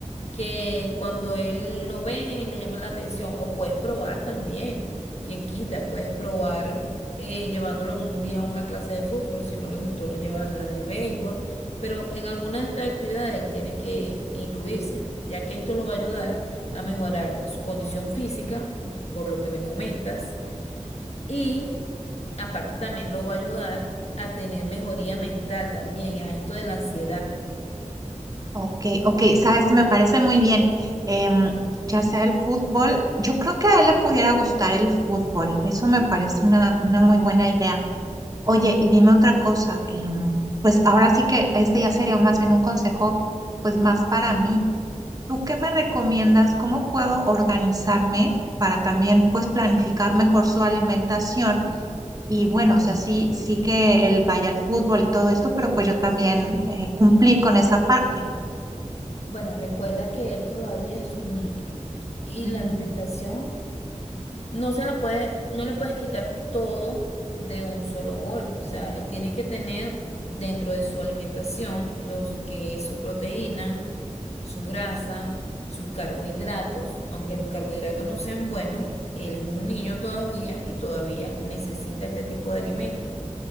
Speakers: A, on the left (about 55°); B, on the right (about 30°).
A: que cuando él lo ve le llama la atención. O puedes probar también, quien quita, puedes probar eh, llevándolo un día a una clase de fútbol. Si no le gustó, lo llevas a la de béisbol. Pero en alguna de estas actividades él tiene que incluirse, ya que esto lo va a ayudar a mejorar su condición física, por lo que me comentas y aparte también lo va a ayudar a tener mejoría mental también, a esto de la ansiedad.
B: Ok, ok, sabes, me parece muy bien. Em, ya sea el fútbol, yo creo que a él le pudiera gustar el fútbol. Eso me parece una, una muy buena idea. Oye, y dime otra cosa. em, pues ahora sí que este ya sería más bien un consejo, pues más para mí. ¿Tú qué me recomiendas? ¿Cómo puedo organizarme para también, pues, planificar mejor su alimentación? Y bueno, o sea, sí, sí que él vaya al fútbol y todo esto, pero pues yo también eh, cumplir con esa parte.
A: Bueno, recuerda que él todavía es un niño y
B: Ujú.
A: la alimentación no se la puede, no le puedes quitar todo de un solo golpe. O sea, él tiene que tener dentro de su alimentación los que es su proteína, su grasa, sus carbohidratos, aunque los carbohidratos no sean buenos, él es un niño todavía y todavía necesita este tipo de alimentos.